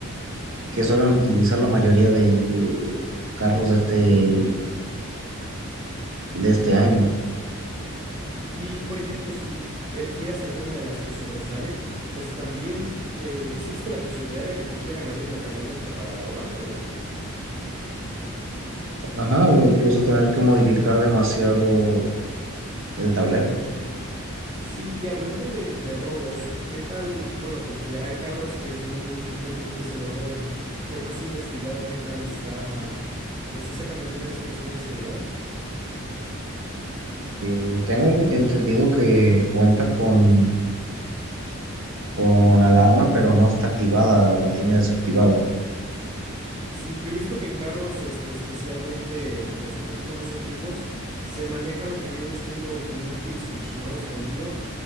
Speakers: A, on the right (about 60°); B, on the right (about 20°).
A: que suelen utilizar la mayoría de carros de este, de este año.
B: Y, por ejemplo, si eligieras alguna de las que sobresale, pues también eh, existe la posibilidad de que te quieran abrir la camioneta para robártela.
A: Ajá, o incluso tener que modificar demasiado el tablero.
B: Sí, y hablando de, de robos, ¿qué tal? Bueno, porque ya hay carros que es muy común que se los roben. ¿No has investigado qué tal está, pues, esa camioneta en esa cuestión de seguridad?
A: Eh, tengo entendido que cuenta con con alarma, pero no está activada, la tiene desactivada.
B: Sí, yo he visto que en carros, este, especialmente, pues un poquito más antiguos, se maneja lo que viene siendo como un kill switch, ¿no? Escondido